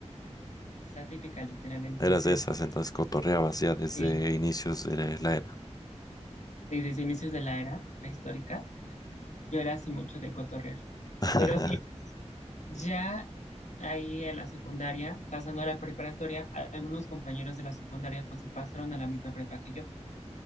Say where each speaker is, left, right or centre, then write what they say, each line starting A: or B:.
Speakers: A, on the left (about 85°); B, on the left (about 30°).
A: Es la típica, literal. Entonces,
B: Eras de esas, entonces cotorreabas ya desde
A: sí,
B: inicios de la era.
A: sí, desde inicios de la era prehistórica, yo era así mucho de cotorrear.
B: <laughs>
A: Pero sí, Ya ahí en la secundaria, pasando a la preparatoria, a- algunos compañeros de la secundaria pues se pasaron a la misma prepa que yo.